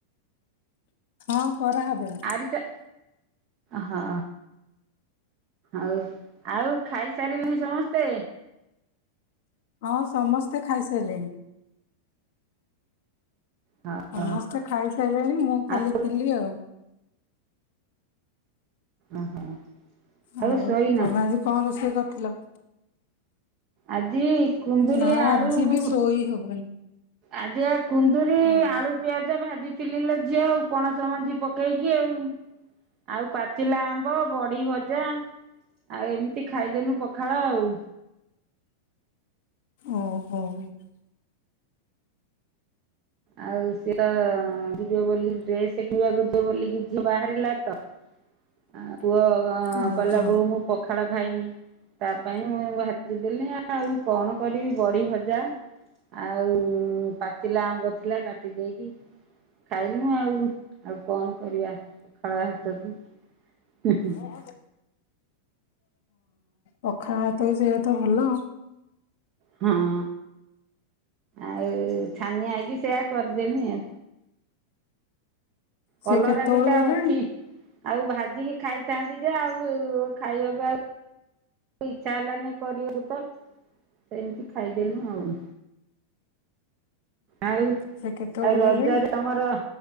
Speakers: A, on the left; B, on the right.
A: ହଁ କରାହେବ।
B: ଆରିସା ହଁ ଆଉ ଆଉ ଖାଇ ସାରିଲେଣି ସମସ୍ତେ
A: ହଁ, ସମସ୍ତେ ଖାଇସାରିଲେଣି।
B: ହଉ
A: ସମସ୍ତେ ଖାଇସାରିଲେଣି ମୁଁ
B: ଆଉ
A: ଖାଲି ଥିଲି ଆଉ।
B: ଓହୋ।
A: ହଉ
B: ଆଉ ଶୋଇନ?
A: ତମେ ଆଜି କଣ ରୋଷେଇ କରିଥିଲ?
B: ଆଜି କୁନ୍ଦୁରି
A: ନା
B: ଆଳୁ
A: ଆଜି
B: ମୁ
A: ବି ଶୋଇ ହବନି।
B: ଆଜି ଆଉ କୁନ୍ଦୁରି
A: ହଁ
B: ଆଳୁ, ପିଆଜ, ଭାଜିଥିଲି ଲେ ଝିଅ ଆଉ ପଣସ ମଜି ପକେଇକି ଆଉ। ଆଉ ପାଚିଲା ଆମ୍ବ, ବଡି ଭଜା, ଆଉ ଏମିତି ଖାଇଦେନୁ ପଖାଳ ଆଉ।
A: ଓହୋ କଣ ହେଇଥିଲା?
B: ଆଉ ସିଏ ତ ଯିବେ ବୋଲି ଡ୍ରେସ କିଣିବାକୁ ଝିଅ ବାହାରିଲା ତ ଆ ପୁଅ
A: ଓହୋ
B: କହିଲା ବୋଉ ମୁଁ ପଖାଳ ଖାଇମି। ତା ପାଇଁ ମୁଁ ଭାଜିଦେଲି ଆଉ କଣ କରିବି ବଡ଼ି ଭଜା। ଆଉ ପାଚିଲା ଆମ୍ବ ଥିଲା କାଟି ଦେଇକି ଖାଇଲୁ ଆଉ ଆଉ କଣ କରିବା ପଖାଳ ଭାତକୁ <unintelligible>
A: ହଁ ପଖାଳ ଭାତକୁ ସେତ ଭଲ।
B: ହୁଁ ଆଉ ଛାନିଆ ହେଇକି ସେଆ କରିଦେନଣି।
A: ସେ
B: କଲରା
A: କେତେବେଳୁ
B: ଦିଟା
A: ଗଲେଣି?
B: ଅଛି ଆଉ ଭାଜିକି ଖାଇଥାନ୍ତି ଯେ ଆଉ ଖାଇବାକୁ ଆଉ ଇଛା ହେଲାନି କରିବାକୁ ତ ସେମିତି ଖାଇଦେଳୁ ଆଉ। ଆଉ
A: ସେ କେତେବେଳୁ
B: ଆଉ ରଜରେ
A: ଗଲେଣି?
B: ତମର